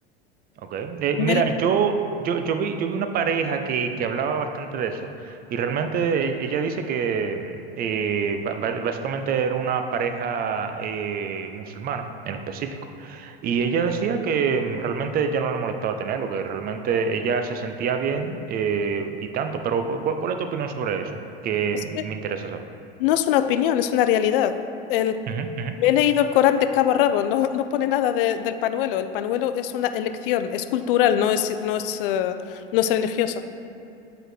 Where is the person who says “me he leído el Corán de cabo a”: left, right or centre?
Left